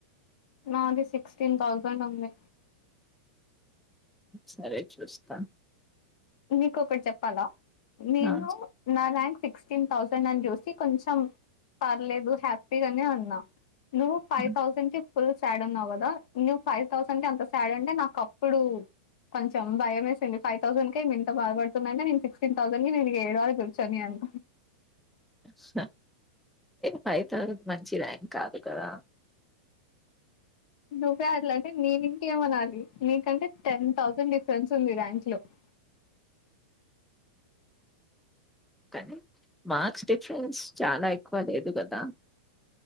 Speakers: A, on the left; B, in the centre.
A: నాది సిక్స్టీన్ థౌజండ్ ఉంది
B: సరే చూస్తా
A: నీకు ఒకటి చెప్పాలా నేను
B: ఆ
A: నా ర్యాంక్ సిక్ సిక్స్టీన్ థౌసండ్ అని చూసి కొంచెం పర్లేదు హ్యాపీగానే ఉన్నా నువ్
B: చెప్తా.
A: ఫై తౌసండ్ ఫుల్ సాడ్ ఉన్నావు కదా నువు ఫైవ్ థౌసండ్ కి ఎంత సాడ్ అంటే నాకు అప్పుడు కొంచెం భయం వేసింది ఫైవ్ థౌజండ్ ఇంత బాధపడుతుందంటే నేను సిక్స్టీన్ థౌసండ్ కి నేను ఏడవాలి కూర్చొని అనీ
B: చూస్న ఫైవ్ తౌసండ్ మంచి ర్యాంక్ కాదు కదా
A: <inaudible> నువ్వే అట్లా అంటే నేను ఇంకేం అనాలి నీకంటే టెన్ థౌసండ్ డిఫరెన్స్ ఉంది ర్యాంక్ లో <inaudible>
B: కానీ మార్క్స్ డిఫరెన్స్ చాలా ఎక్కువ లేదు కదా